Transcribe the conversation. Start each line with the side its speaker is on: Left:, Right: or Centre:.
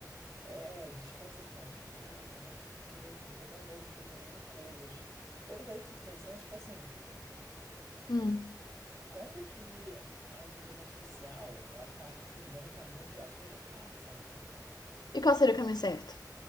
Right: É desconcertante. Tipo, caraca, mas por quê? Tipo, eu tô tão novo pra fazer N coisas. E outra coisa que eu fico pensando, é, tipo assim,
Left: Hum.
Right: como que a inteligência artificial, ela tá seguindo um caminho que eu acho meio errado, sabe?
Left: E qual seria o caminho certo?